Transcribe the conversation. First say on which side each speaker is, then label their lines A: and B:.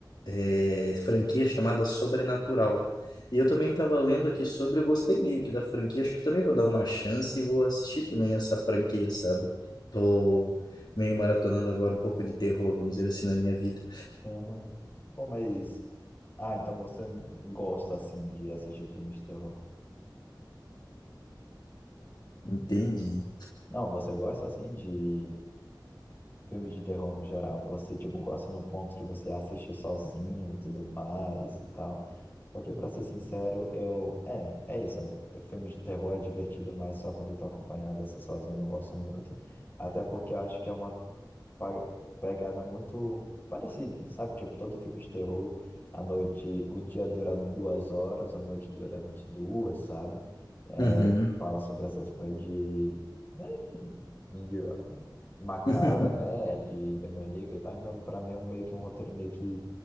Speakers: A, on the left; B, on the left.
A: é, franquia chamada Sobrenatural. E eu também estava lendo aqui sobre, eu gostei meio que da franquia, acho que também vou dar uma chance e vou assistir também essa franquia, sabe? Tô meio maratonando agora um pouco de terror, vamos dizer assim, na minha vida.
B: Uhum. Pô, mas. Ah, então você gosta, assim, de assistir filmes de terror?
A: Entendi.
B: Não, você gosta, assim, de filme de terror no geral. Você, tipo, gosta no ponto que você assiste sozinho e tudo mais e tal. Porque, pra ser sincero, eu. É, é isso. é- é, Filme de terror é divertido, mas só quando eu tô acompanhado, essa sozinho eu não gosto muito. Até porque eu acho que é uma pa- pegada muito parecida, sabe? Tipo, todo filme de terror, a noite. O dia dura duas horas, a noite dura vinte e duas sabe? É,
A: Uhum.
B: fala sobre essas coisas de. né, de macabra,
A: <laughs>
B: né? De demoníaca e tal. Então, pra mim, é um meio que um roteiro meio que